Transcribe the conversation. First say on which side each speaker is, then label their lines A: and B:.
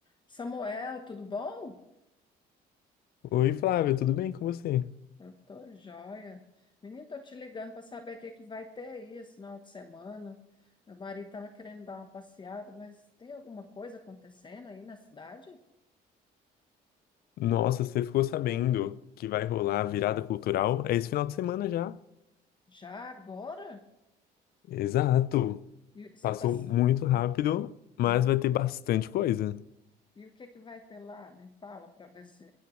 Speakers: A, on the left (about 25°); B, on the left (about 65°).
A: Samuel, tudo bom?
B: Oi, Flávia, tudo bem com você?
A: Eu tô joia. Menino, tô te ligando para saber o que é que vai ter aí esse final de semana. Meu marido tava querendo dar uma passeada, mas tem alguma coisa acontecendo aí na cidade?
B: Nossa, você ficou sabendo que vai rolar a virada cultural? É esse final de semana já.
A: Já agora?
B: Exato.
A: E você
B: Passou
A: tá...
B: muito rápido,
A: Hum,
B: mas
A: hum.
B: vai ter bastante coisa.
A: E o que é que vai ter lá? Me fala para ver se,